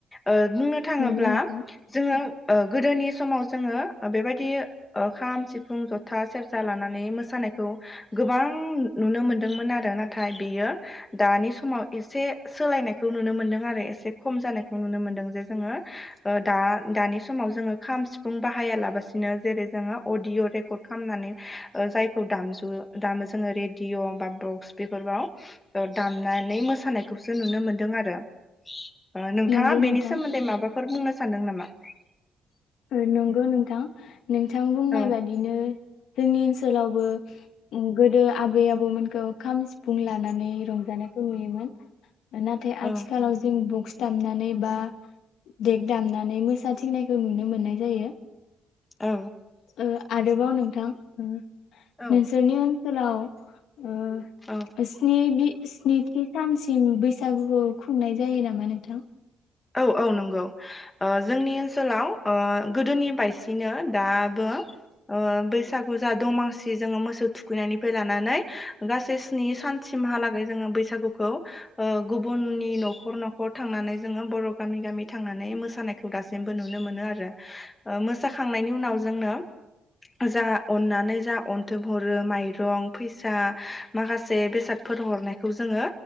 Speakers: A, on the left (about 20°); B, on the left (about 75°).
A: ओ बुंनो थाङोब्ला
B: नंगौ नोंथां
A: जोङो ओ गोदोनि समाव जोङो बेबायदि ओ खाम सिफुं जथा सेर जा लानानै मोसानायखौ गोबां नुनो मोनदोंमोन आरो नाथाय बेयो दानि समाव एसे सोलायनायखौ नुनो मोनदोंआरो एसे खम जानायखौ नुनो मोनदों जे जोङो दा दानि समाव जोङो खाम सिफुं बाहायालाबासिनो जेरै जोङो अडिअ' रेकर्ड खालामनानै ओ जायखौ दामजु दामो जोङो रेडिअ' बा बक्स बेफोरबाव ओ दामनानै मोसानायखौसो नुनो मोनदोंआरो। ओ नोंथाङा
B: नंगौ नोंथां
A: बेनि सोमोन्दै माबाफोर बुंनो सानदों नामा?
B: ओ नंगौ नोंथां। नोंथां बुंनाय
A: औ
B: बादिनो जोंनि ओनसोलावबो उम गोदो आबै आबौमोनखौ खाम सिफुं लानानै रंजानायखौ नुयोमोन। नाथाय
A: औ
B: आथिखालाव जों बक्स दामनानै बा देग दामनानै मोसाथिंनाय जों नुनो मोननाय जायो।
A: औ
B: औ आरोबाव नोंथां उम
A: औ
B: नोंसोरनि हे लाउ। ओ
A: औ
B: स्नि बि स्निथि सानसिम बैसागुखौ खुंनाय जायो नामा नोंथां?
A: औ औ नंगौ ओ जोंनि ओनसोलाव ओ गोदोनि बायसिनो दाबो ओ बैसागु जा दमांसि जोङो मोसौ थुखैनायनिफ्राय लानानै। गासै स्नि सानथि उनहालागै जोङो बैसागुखौ गुबुननि न'खर न'खर थांनानै। जोङो बर' गामि गामि थांनानै मोसानायखौ दासिमबो नुनो मोनो आरो मोसाखांनायनि उनाव जोंनो जा अन्नानै जा अनथुम हरो माइरं फैसा माखासे बेसादफोर हरनायखौ जोङो